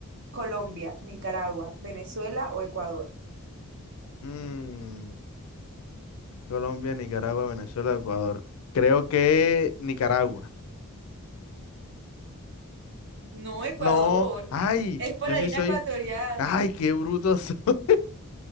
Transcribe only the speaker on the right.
Colombia, Nicaragua, Venezuela o Ecuador.
No, Ecuador.
Es por
la
línea
ecuatorial.